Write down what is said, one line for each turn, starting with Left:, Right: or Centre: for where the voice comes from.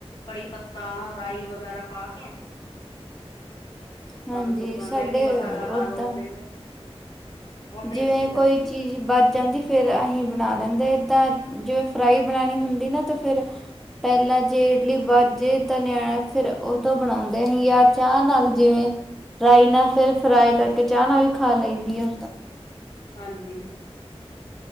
Left: ਕੜੀ ਪੱਤਾ, ਰਾਈ ਵਗੈਰਾ ਪਾ ਕੇ
Centre: ਹਾਂਜੀ
Left: ਔਰ
Centre: ਸਾਡੇ
Left: ਮੈਗੀ ਮਸਾਲਾ
Centre: ਅ
Left: ਪਾ
Centre: ਓਦਾਂ
Left: ਲੋ ਉਹਦੇ ਚ ਬਹੁਤ ਟੇਸਟੀ
Centre: ਜਿਵੇਂ,
Left: ਲੱਗਦੀ
Centre: ਕੋਈ ਚੀਜ਼
Left: ਹੈ।
Centre: ਬਚ ਜਾਂਦੀ- ਫੇਰ ਅਸੀਂ ਬਣਾ ਲੈਂਦੇ, ਏਦਾਂ ਜਿਵੇਂ ਫਰਾਈ ਬਣਾਉਣੀ ਹੁੰਦੀ ਨਾ ਤੇ ਫਿਰ ਪਹਿਲਾਂ ਜੇ ਇਡਲੀ ਵਚ ਜੇ ਨਿਆਣਿਆ, ਫਿਰ ਉਹ ਤੋਂ ਬਣਾਉਂਦੇ ਸੀ। ਜਾਂ ਚਾਹ ਨਾਲ ਜਿਵੇਂ, ਰਾਈ ਨਾਲ ਫਿਰ ਫਰਾਈ ਕਰਕੇ ਚਾਹ ਨਾਲ ਵੀ ਖਾ ਲਈ ਦੀ ਆ
Left: ਹਾਂਜੀ